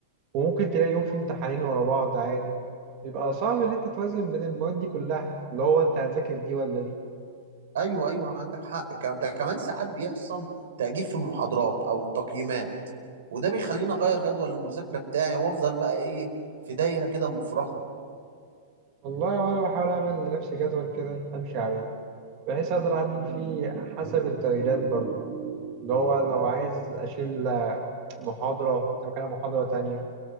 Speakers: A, on the right; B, on the right.
A: وممكن تلاقي يوم فيه امتحانين ورا بعض عادي بيبقى صعب إن أنت توازن بين المواد دي كلها اللي هو أنت هتذاكر دي ولا دي
B: أيوه أيوه عندك حق ك- ده كمان ساعات بيحصل تأجيل في المحاضرات أو التقييمات وده بيخليني أغير جدول المذاكرة بتاعي وأفضل بقى إيه في دايرة كده مفرغة
A: والله وأنا بحاول أعمل لنفسي جدول كده أمشي عليه بحيث أقدر أعدل فيه حسب التغييرات برضه اللي هو لو عايز أشيل محاضرة وأحط مكانها محاضرة تانية